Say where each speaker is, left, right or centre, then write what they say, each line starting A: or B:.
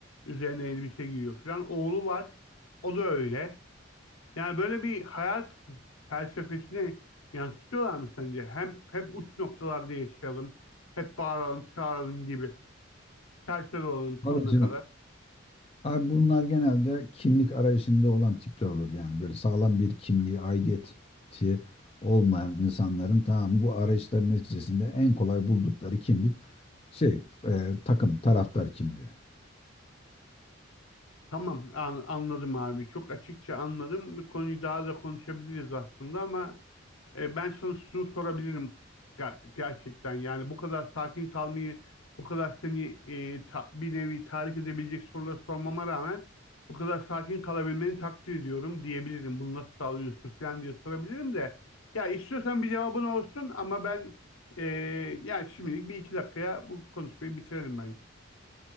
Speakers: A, on the left; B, on the left.
A: Üzerine elbise giyiyor Falan Oğlu var. O da öyle. Yani böyle bir hayat felsefesini yansıtıyorlar mı sence? Hem hep uç noktalarda yaşayalım, hep bağıralım, çağıralım gibi. Serseri olalım
B: Abi
A: sonuna kadar.
B: Abi bunlar genelde kimlik arayışında olan tipler olur yani. Böyle sağlam bir kimliği, aidiyeti olmayan insanların tamam bu arayışların neticesinde en kolay buldukları kimlik şey e, takım, taraftar kimliği.
A: Tamam, an- anladım abi. Çok açıkça anladım. Bu konuyu daha da konuşabiliriz aslında ama E, ben sana şunu sorabilirim Ger- gerçekten. Yani bu kadar sakin kalmayı, bu kadar seni e, ta- bir nevi tahrik edebilecek soruları sormama rağmen bu kadar sakin kalabilmeni takdir ediyorum diyebilirim. Bunu nasıl sağlıyorsun falan diye sorabilirim de. Ya istiyorsan bir cevabın olsun ama ben e, yani şimdilik bir iki dakikaya bu konuşmayı bitirelim bence.